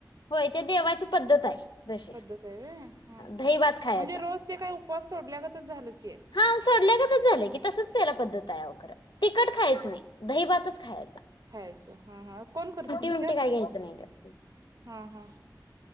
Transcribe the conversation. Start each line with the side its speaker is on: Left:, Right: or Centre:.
Left: होय ते देवाची पद्धत आहे. जशी
Right: पद्धत आहे होय. हा हा
Left: दही भात खायचा
Right: म्हणजे रोज ते काय उप स सोडल्यागच झालं. की
Left: हा सडल्यागतच झालं की तसच त्याला पद्धत. तयाव खरं. तिखट खायचं नाही दही भात तच खाचं.
Right: हायच हा हा कोण करतं तुमच्यात,
Left: बिमटी काय घ्यायचं नाही त्यात.
Right: हा हा.